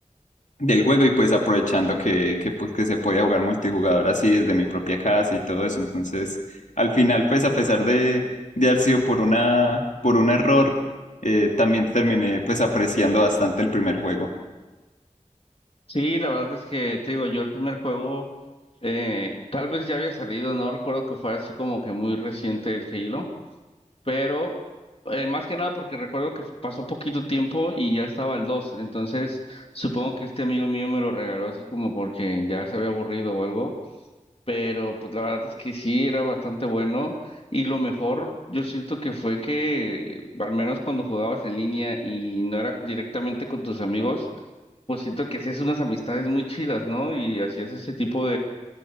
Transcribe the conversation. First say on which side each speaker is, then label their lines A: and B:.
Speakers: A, on the left; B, on the left.
A: del juego y pues aprovechando que, que, pues, que se podía jugar multijugador así desde mi propia casa y todo eso. Entonces, al final, pues a pesar de, de haber sido por una, por un error, eh, también terminé pues apreciando bastante el primer juego.
B: Sí, la verdad es que, te digo, yo el primer juego, eh, tal vez ya había salido, no recuerdo que fuera así como que muy reciente el Halo, pero eh, más que nada porque recuerdo que pasó poquito tiempo y ya estaba el dos entonces supongo que este amigo mío me lo regaló así como porque ya se había aburrido o algo, pero pues la verdad es que sí, era bastante bueno y lo mejor yo siento que fue que al menos cuando jugabas en línea y no era directamente con tus amigos, pues siento que hacías unas amistades muy chidas, ¿no? Y hacías ese tipo